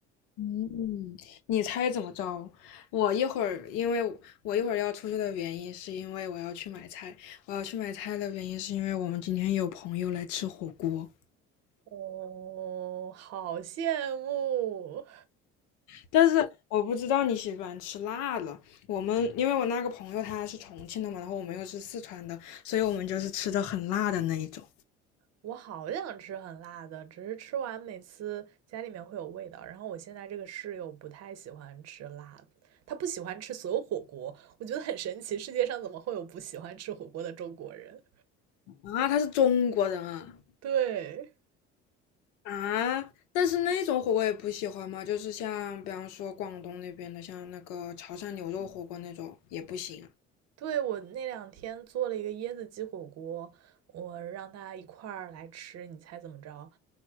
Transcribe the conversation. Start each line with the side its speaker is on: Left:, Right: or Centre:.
Left: 嗯，你猜怎么着？我一会儿，因为我我一会儿要出去的原因，是因为我要去买菜。我要去买菜的原因，是因为我们今天有朋友来吃火锅，
Right: 哦，好羡慕！
Left: 但是我不知道你喜欢吃辣的。我们因为我那个朋友他是重庆的嘛，然后我们又是四川的，所以我们就是吃的很辣的那一种。
Right: 我好想吃很辣的，只是吃完每次家里面会有味道。然后我现在这个室友不太喜欢吃辣的，他不喜欢吃所有火锅。我觉得很神奇，世界上怎么会有不喜欢吃火锅的中国人？
Left: 啊，他是中国人啊
Right: 对，
Left: 啊！但是那种火锅也不喜欢嘛，就是像比方说广东那边的，像那个潮汕牛肉火锅那种也不行啊。
Right: 对，我那两天做了一个椰子鸡火锅，我让他一块儿来吃，你猜怎么着？